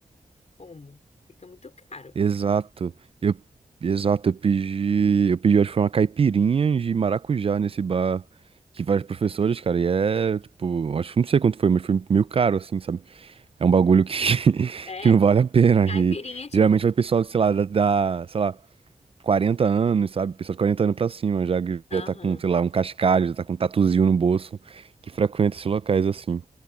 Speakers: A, on the left; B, on the right.
A: Como? Fica muito caro.
B: Exato. Eu, exato, eu pedi, eu pedi, acho que foi uma caipirinha de maracujá nesse bar que vários professores, cara, e é, tipo, acho que não sei quanto foi, mas foi meio caro, assim, sabe? É um bagulho que, <laughs>
A: É,
B: que não vale a pena.
A: caipirinha,
B: E
A: tipo.
B: geralmente vai pessoal, sei lá, da, da, sei lá, 40 anos, sabe? Pessoal de 40 anos pra cima, já, que
A: Aham,
B: já tá com, sei lá, um cascalho, já tá com um tatuzinho no bolso, que frequenta esses locais, assim.